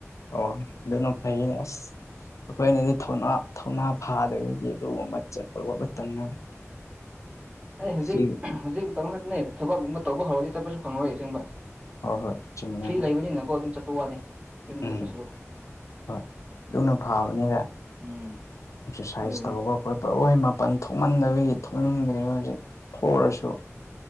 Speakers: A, on the left; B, on the right.
A: ꯑꯣ ꯑꯗꯨꯅ ꯐꯩꯅꯦ ꯑꯁ ꯑꯩꯈꯣꯏꯅꯗꯤꯅꯥ ꯊꯧꯅꯥ ꯐꯥꯗꯕꯗꯤ ꯑꯗꯨꯒꯨꯝꯕ ꯆꯠ ꯋꯥꯠꯂꯇꯪꯉ
B: ꯑꯩ ꯍꯧꯖꯤꯛ
A: ꯁꯤ
B: ꯍꯧꯖꯤꯛ ꯃꯇꯝ ꯈꯛꯅꯦ ꯊꯕꯛꯀꯨꯝꯕ ꯇꯧꯕ ꯍꯧꯔꯗꯤ ꯆꯠꯄꯁꯨ ꯐꯪꯂꯔꯣꯏ ꯑꯁꯦꯡꯕ
A: ꯍꯣꯏ ꯍꯣꯏ ꯆꯨꯝꯃꯦ
B: ꯐ꯭ꯔꯤ ꯂꯩꯕꯅꯤꯅꯀꯣ ꯑꯗꯨꯝ ꯆꯠꯄ ꯋꯥꯅꯤꯦ ꯌꯨꯝꯗ
A: ꯎꯝ
B: ꯂꯦꯞꯄ ꯁꯔꯛ
A: ꯍꯣꯏ ꯑꯗꯨꯅ ꯐꯕꯅꯤꯒ
B: ꯎꯝ
A: ꯑꯦꯛꯁꯔꯁꯥꯏꯁ
B: ꯑꯗꯨꯒꯤꯅꯤ
A: ꯇꯧꯕ ꯑꯩꯣꯏ ꯄꯣꯏ ꯃꯥꯄꯟ ꯊꯣꯛꯃꯟꯗꯕꯤ ꯊꯣꯛꯅꯤꯡꯗ꯭ꯔꯦ ꯍꯧꯖꯤꯛ ꯊꯣꯛꯔꯁꯨ